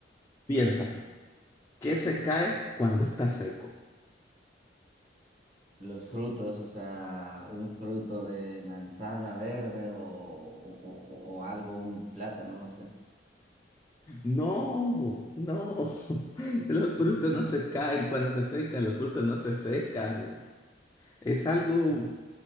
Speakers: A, on the left (about 15°); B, on the right (about 35°).
A: piénsalo. ¿Qué se cae cuando está seco?
B: Los frutos, o sea, un fruto de manzana verde o, o- o- o algo, un plátano, no sé.
A: No, no. <laughs> Los frutos no se caen cuando se secan, los frutos no se secan. Es algo,